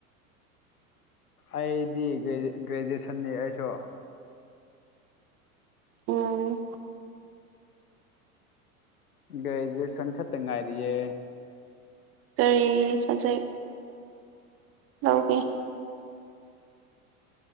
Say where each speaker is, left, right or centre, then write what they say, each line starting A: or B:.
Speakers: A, on the left (about 80°); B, on the right (about 30°).
A: ꯑꯩꯗꯤ ꯒ꯭ꯔꯦꯖꯨꯌꯦꯁꯟꯅꯤ ꯑꯩꯁꯨ
B: ꯎꯝ
A: ꯭ꯒꯔꯦꯖꯨ꯭ꯌꯦꯁꯟ ꯈꯛꯇꯪ ꯉꯥꯏꯔꯤꯌꯦ
B: ꯀꯔꯤ ꯁꯕꯖꯦꯛ ꯂꯧꯒꯦ